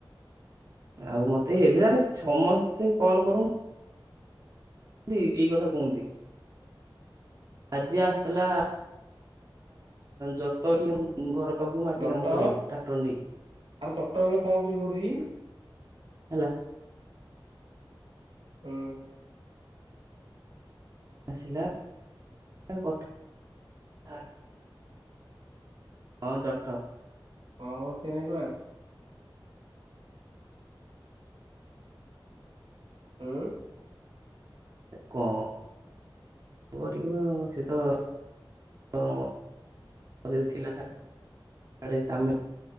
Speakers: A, on the right; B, on the right.
A: ଆଉ ମତେ ଏବେ ଆରେ ସମସ୍ତେ କଲ୍ କରୁ ଛନ୍ତି ଏଇ କଥା କୁହନ୍ତି ଆଜି ଆସିଥିଲା। ଜଟ ଏଠି ଆମ ଘର ପାଖକୁ ମାଟି
B: ଜଟ
A: କାମ କରିବାକୁ ଟ୍ରାକ୍ଟର ନେଇକି।
B: ଆରେ <unintelligible> କରୁଛି କି।
A: ହେଲା।
B: ହୁଁ।
A: ଆସିଲା କଥା ହେଲା। ହଁ ଜଟ।
B: <unintelligible> ହୁଁ।
A: କନ। କରିବ ଆଉ ସେ ତ ହଁ ମଝିରେ ଥିଲା ଶା ଡ଼େ ତାମ